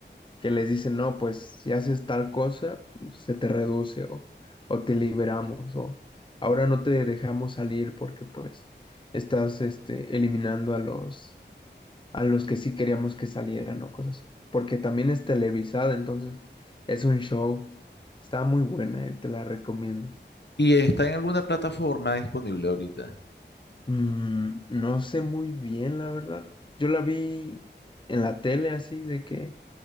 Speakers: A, on the left; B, on the left.
A: que les dicen, no, pues si haces tal cosa, pues, se te reduce o, o te liberamos o ahora no te dejamos salir porque pues estás este, eliminando a los, a los que sí queríamos que salieran o cosas así. Porque también es televisada, entonces es un show. Está muy buena, eh, te la recomiendo.
B: Y está en alguna plataforma disponible ahorita.
A: Mm, no sé muy bien, la verdad. Yo la vi en la tele así, de que